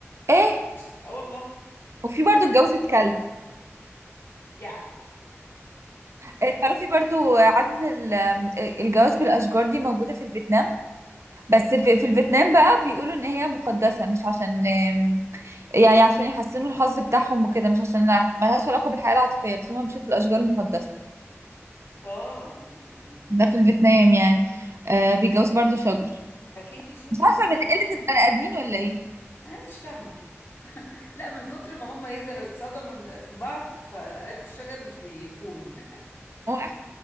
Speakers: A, on the right; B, on the left.
A: ايه
B: مش ز- اه والله
A: وفي برضو اتجوزت كلب
B: يعني
A: آه، تعرفي برضو عادة ال- آم، آه، الجواز بالأشجار دي موجودة في الفيتنام بس في في الفيتنام بقى بيقولوا إن هي مقدسة مش عشان آم، يعني عشان يحسنوا الحظ بتاعهم وكده مش عشان لا- ملهاش علاقة بالحياة العاطفية بس هم بيشوفوا الأشجار مقدسة
B: اه م- م.
A: ده في الفيتنام يعني آه، بيتجوز برضو شجر
B: اكيد بتشوفي
A: مش عارفة
B: الناس
A: من
B: اللي
A: قلة البني آدمين ولا ايه
B: انا مش فاهمه لا من كتر ما هم يزر اتصدموا في بعض فقالوا الشجر مش بيخون
A: هو أحلى